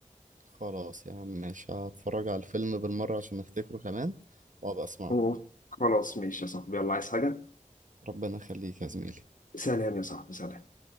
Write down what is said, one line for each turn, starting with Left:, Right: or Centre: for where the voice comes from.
Right: خلاص يا عم ماشي هتفرج على الفيلم بالمرة عشان افتكره كمان وابقى اسمعه
Left: أوه. خلاص ماشي يا صاحبي يلا عايز حاجه
Right: ربنا يخليك يا زميلي
Left: سلام يا صاحبي سلام